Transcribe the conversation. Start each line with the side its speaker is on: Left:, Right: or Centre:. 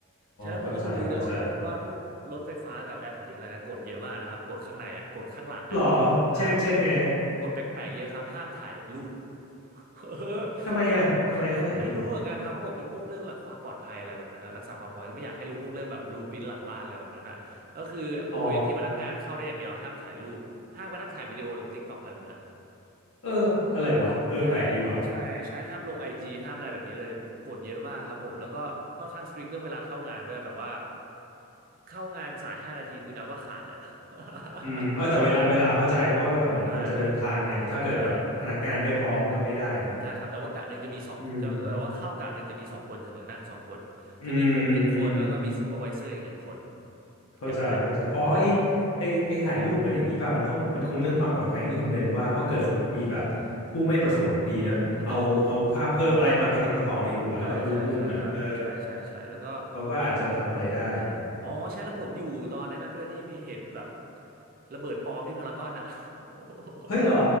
Right: ใช่แล้วผมก็เพิ่งรู้ได้ว่าว่าพวกรถไฟฟ้ากับ
Left: เข้าใจเข้าใจ
Right: AirPods Link อะไรนะกดเยอะมากนะครับกดข้างในอ่ะกดข้างหลังอ่ะ
Left: หรอเช่นเช่นไงฮะ
Right: ห้ามถ่ากดแปลกๆเยอะครับห้ามถ่ายรูป <laughs> เออ
Left: ทำไมอ่ะทำไมห้ามถ่ายรูปอ่ะ
Right: เขาเขาไม่รู้เหมือนกันครับเขาบอกเป็นพวกเรื่องหลักความปลอดภัยอะไรแบบนั้นนะรักษาความปลอดภัยไม่อยากให้รู้พวกเรื่องแบบบลูปินหลังบ้านอะไรแบบนั้นนะก็คือบริเวณที่พนักงานเข้าได้อย่างเดียวห้ามถ่ายรูปห้ามกระทั่งถ่ายวิดีโอลง
Left: อ๋อ
Right: TikTok อะไรแบบนั้น
Left: เอออะไรวะเออแปลกดีว่ะ
Right: ใช่ใช่ใช่ห้ามลงไอจีห้ามอะไรแบบนี้เลยโหกฎเยอะมากครับผมแล้วก็ค่อนข้างสตริกเรื่องเวลาเข้างานด้วยแบบว่าเข้างานสายห้านาทีคือนับว่าขาดเลยอะ <laughs>
Left: อืมเออแต่เวลาเวลาเข้าใจเพราะว่าแบบเหมือนคนจะเดินทางเนี่ยถ้าเกิดแบบพนักงานไม่พร้อมก็ไม่ได้เนอะ
Right: ใช่ใช่ใช่ครับแต่ว่ากะหนึ่งจะมีสองจะแต่ว่าเข้ากะหนึ่งจะมีสองคนเสมอนั่งสองคนจะมีผมหนึ่งคนแล้วก็มีซูเปอร์ไวเซอร์อีกหนึ่งคน
Left: อืมอืมอืมเข้าใจเข้าใจอ๋อไอ
Right: อย่างต่ำใช่
Left: ไอไอถ่ายรูปมันอย่างนี้ป่ะมันต้องมันคงเรื่องความปลอดภัยที่คุณเบนว่าเพราะเกิดสมมติมีแบบผู้ไม่ประสงค์ดีเนอะเอาเอาภาพเพิ่มอะไรมาประติดประต่อในหัวแล้วแบบรู้มุมอ่ะเออ
Right: อาจจะรู้มุมใช่ใช่ใช่ครับใช่ใช่ใช่แล้วก็
Left: เขาก็อาจจะทำอะไรได้
Right: อ๋อใช่แล้วผมอยู่ตอนนั้นด้วยที่มีเหตุแบบระเบิดปลอมที่พารากอนอ่ะ <laughs> โอ้โห
Left: เฮ้ยเหรอ